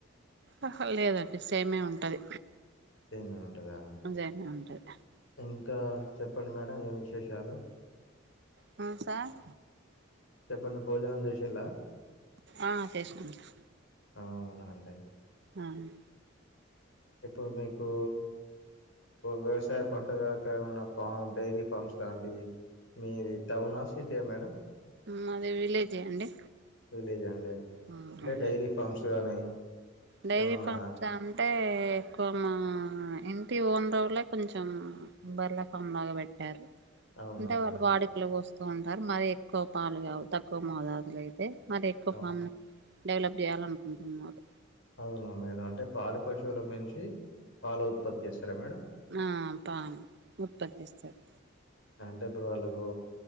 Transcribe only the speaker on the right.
ఆహ లేదండి సేమే ఉంటది
సేమే ఉంటది
మ్మ్ సార్
ఆ చేసుకున్నాం
అవును
మాది విలేజే అండి
ఆ
అదే
డైరీ
ఫామ్స్ అంటే ఎక్కువ మా ఇంటి ఓనర్ రోలే కొంచెం బర్ల ఫామ్ లాగా పెట్టారు
అంటే
వాళ్ళు వాడుకలు పొస్తూ ఉంటారు మరి ఎక్కువ పాలు కావు తక్కువ మోదాదులో అయితే మరి ఎక్కువ
ఫామ్ డెవలప్ చేయాలనుకుంటున్నారు
ఆ పాలు ఉత్పత్తి చేస్తారు